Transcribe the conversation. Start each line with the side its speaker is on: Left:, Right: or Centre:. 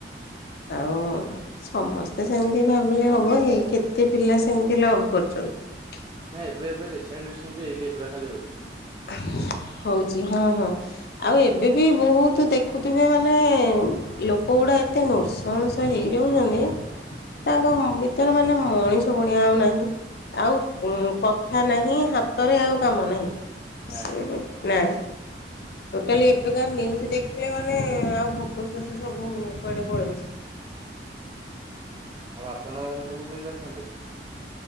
Left: ଆଉ ହଁ ସମସ୍ତେ ସେମିତି ଭାବିଲେ ହବ ଏ କେତେ ପିଲା ସେମିତି ଲଭ୍ କରୁଛନ୍ତି।
Right: ନାଇଁ ଏବେ ଏବେ ରିସେଣ୍ଟ ରିସେଣ୍ଟ ଏଇ କେସ ଗୁଡା ଖାଲି ହଉଛି।
Left: <inaudible> ହଉଛି ହଁ ହଁ ଆଉ ଏବେ ବି ବହୁତ ଦେଖୁଥିବେ ମାନେ ଲୋକ ଗୋଟେ ଲୋକଗୁଡ଼ା ଏତେ ନୃଶଂସ ହେଇଯାଉଛନ୍ତି ତାଙ୍କ ଭିତରେ ମାନେ ମଣିଷ ପଣିଆ ଆଉ ନାହିଁ। ଆଉ କଥା ନାହିଁ ହାତରେ ଆଉ କାମ ନାହିଁ।
Right: ନାଇଁ
Left: ସେ ନାଇଁ। ଟୋଟାଲି ଏବେ ଯୋଉ ନିଉୟୁଜ ଦେଖିଲେ ମାନେ ଆଉ ଭୋକ ଶୋଷ ସବୁ କୁଆଡେ ପଳଉଛି।
Right: ଆଉ ଆପଣଙ୍କ ଘରେ ସବୁ କିଏ କିଏ ଅଛନ୍ତି?